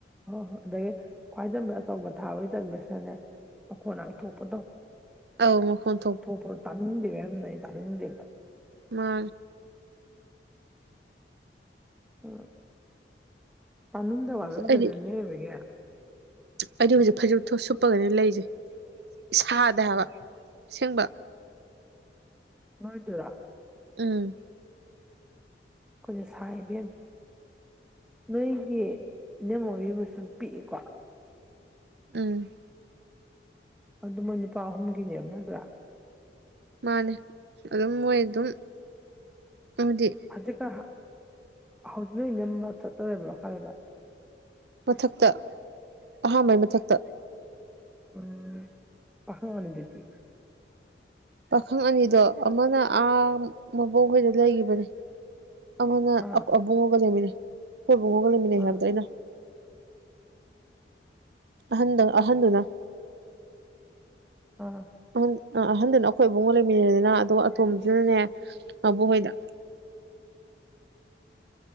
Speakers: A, in the centre; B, on the right.
A: ꯍꯣꯏ ꯍꯣꯏ ꯑꯗꯒꯤ ꯈ꯭ꯋꯥꯏꯗꯒꯤ ꯑꯆꯧꯕ ꯊꯥꯕꯒꯤ ꯆꯟꯁꯤꯅꯅꯦ ꯃꯈꯣꯏꯅꯅ ꯊꯣꯛꯄꯗꯣ
B: ꯑꯧ ꯃꯈꯣꯟ
A: ꯊꯣꯛꯄꯗꯣ ꯇꯥꯅꯤꯡꯗꯦꯕꯔꯝꯗꯩꯗ ꯑꯗꯨꯗꯤ
B: ꯃꯥ
A: ꯎ ꯃꯅꯨꯡꯗ ꯋꯥꯔꯝꯗ꯭ꯔꯗ
B: ꯑꯩꯗꯤ
A: ꯅꯏꯕꯒꯦ
B: ꯑꯩꯗꯤ ꯍꯧꯖꯤꯛ ꯐꯁꯨ ꯁꯨꯞꯄꯒꯅꯦ ꯂꯩꯁꯦ ꯏꯁꯥꯗ
A: ꯎꯝ
B: ꯍꯥꯏꯕ ꯁꯦꯡꯕ
A: ꯅꯣꯏ ꯇꯨꯔꯥ
B: ꯎꯝ
A: ꯑꯩꯈꯣꯏꯗꯤ ꯁꯥ ꯏꯕꯦꯝ ꯅꯣꯏꯒꯤ ꯏꯅꯝ ꯍꯕꯤ ꯑꯃꯁ ꯄꯤꯛꯏꯀꯣ
B: ꯎꯝ
A: ꯑꯗꯨꯃ ꯅꯨꯄꯥ ꯑꯍꯨꯝꯒꯤꯅꯦꯕ ꯅꯠꯇ꯭ꯔꯥ
B: ꯃꯥꯅꯦ ꯑꯗꯨꯝ ꯃꯣꯏ ꯑꯗꯨꯝ ꯍꯥꯏꯗꯤ
A: ꯍꯧꯖꯤ ꯀ ꯍꯧꯖꯤꯛꯅꯖꯤꯅ ꯂꯞ ꯆꯠꯇꯕ꯭ꯔ ꯍꯥꯏꯔꯦꯕ
B: ꯃꯊꯛꯇ ꯑꯍꯥꯟꯕꯩ ꯃꯊꯛꯇ
A: ꯎꯝ ꯄꯈꯉ ꯃꯅꯤꯗꯤꯔꯛꯇꯦ
B: ꯄꯥꯈꯪ ꯑꯅꯤꯗꯣ ꯑꯃꯅ ꯑꯥ ꯃꯕꯨꯡꯈꯣꯏꯗ ꯂꯩꯈꯤꯕꯅꯦ ꯑꯃꯅ
A: ꯑꯥ
B: ꯑꯕꯨꯡꯉꯒ ꯂꯩꯃꯤꯅꯦ ꯑꯩꯈꯣꯏꯕꯨꯡꯉꯣꯒ ꯂꯩꯃꯤꯟꯅꯩ
A: ꯑꯥ
B: ꯍꯥꯏꯕꯗꯣ ꯑꯩꯅ ꯑꯍꯟꯗꯪ ꯑꯍꯟꯗꯨꯅ
A: ꯑꯥ
B: ꯑ ꯑ ꯑꯍꯟꯗꯨꯅ ꯑꯩꯈꯣꯏ ꯏꯕꯨꯡꯉꯣ ꯂꯩꯃꯤꯟꯅꯅꯤꯅ ꯑꯗꯣ ꯑꯇꯣꯝꯕꯁꯤꯅꯅꯦ ꯃꯕꯣꯛꯍꯣꯏꯗ